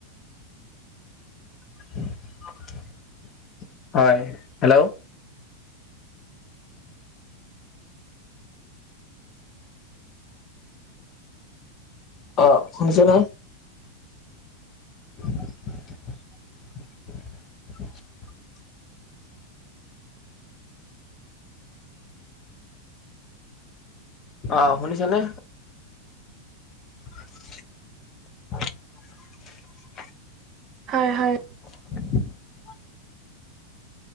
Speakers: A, on the left; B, on the right.
A: <inaudible> হয়, হেল্ল'। অ', শুনিছা নে? <inaudible>
B: <inaudible>
A: অ', শুনিছা নে? <inaudible>
B: হয়, হয়।
A: <inaudible>